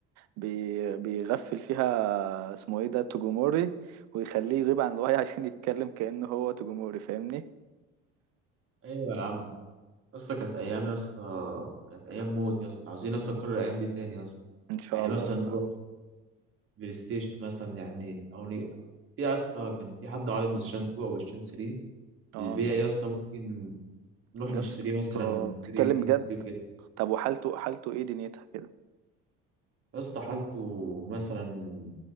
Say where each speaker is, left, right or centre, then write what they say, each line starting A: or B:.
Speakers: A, on the right; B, on the right.
A: بي بيغفل فيها اسمه ايه ده توجوموري ويخليه يغيب عن الوعي <laughs> عشان يتكلم كأنه هو توجوموري فاهمني
B: ايوه يا عم يا اسطى كانت ايام يا اسطى كانت ايام موت يا اسطى عاوزين اصلا نكرر الايام دي تاني يا اسطى
A: ان شاء
B: يعني
A: الله
B: مثلا
A: يا اسطى
B: هو بلاي ستيشن مثلا يعني او ني... في يا اسطى كان في حد عارض بلاي ستيشن 2 او بلاي ستيشن 3
A: اه
B: للبيع يا اسطى ممكن نروح
A: يا
B: نشتريه
A: اسطى
B: مثلا ونشتري
A: بتتكلم
B: كام
A: بجد
B: سي دي وكده
A: طب وحالته حالته ايه دنيتها كده
B: يا اسطى حالته مثلا